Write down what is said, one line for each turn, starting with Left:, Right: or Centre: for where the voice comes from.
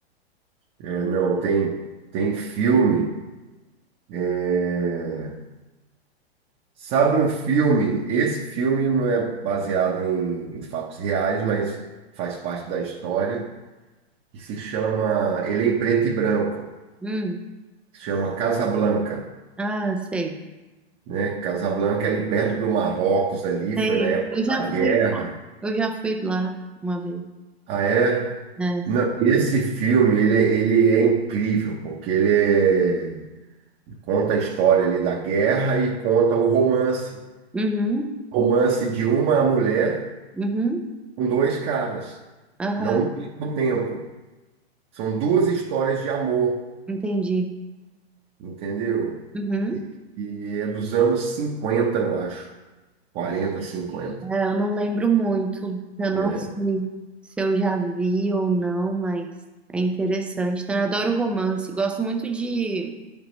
Right: É, não, tem, tem filme. é, Sabe um filme? Esse filme não é baseado em, em fatos reais, mas faz parte da história, que se chama, ele é em preto e branco,
Centre: Hum,
Right: se chama Casablanca,
Centre: ah, sei.
Right: né? Casablanca é ali perto do Marrocos ali, foi
Centre: Sei.
Right: na época
Centre: Eu já
Right: da guerra.
Centre: fui, eu já fui lá uma vez,
Right: Ah, é?
Centre: né?
Right: Não, esse filme, ele, ele é incrível, porque ele é- conta a história ali da guerra e conta o romance,
Centre: Uhum,
Right: romance de uma mulher
Centre: uhum,
Right: com dois caras,
Centre: aham,
Right: não no mesmo tempo. São duas histórias de amor,
Centre: entendi.
Right: entendeu?
Centre: Uhum.
Right: E, e é dos anos 50, eu acho. 40, 50.
Centre: É, eu não lembro muito. Eu
Right: É.
Centre: não sei se eu já vi ou não, mas é interessante. Então, eu adoro romance. Gosto muito de